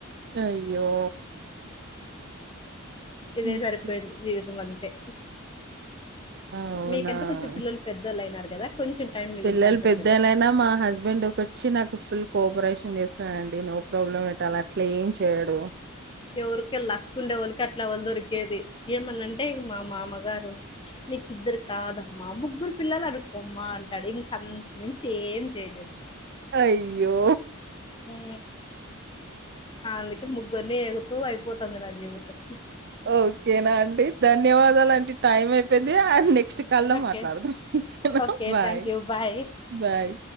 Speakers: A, on the right; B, on the left.
A: అయ్యో
B: ఇదే
A: హ్మ్.
B: సరిపోయింది జీవితం అంతే
A: అవునా!
B: మీకంటే కొంచెం పిల్లలు పెద్దోళ్లు అయినారు కదా కొంచెం టైం మిగులుతాంటుందిలే
A: పిల్లలు పెద్దోల్ ఐనా మా హస్బెండ్ ఒకచ్చి నాకు ఫుల్ కోఆపరేషన్ చేస్తాడండి నో ప్రాబ్లం ఎట్ అలా అట్లా ఏం చేయడు
B: ఎవరుకో లక్కుండే వాళ్ళకి అట్లా వాళ్లు దొరికేేది ఏమనంటే మా మామగారు నీకు ఇద్దరు కాదమ్మా ముగ్గురు పిల్లలు అనుకోమ్మా అంటాడు ఇంకంతకు మించి ఏం చేయలేం
A: అయ్యో
B: ఉ అందుకే ముగ్గురిని ఏగుతూ అయిపోతుంది నా జీవితం
A: ఓకేనా అండి ధన్యవాదాలండి టైం అయిపోయింది అండ్ నెక్ నెక్స్ట్ కాల్లో
B: ఓకే
A: మాట్లాడదాం హ హ
B: okay
A: bye
B: thank you bye
A: bye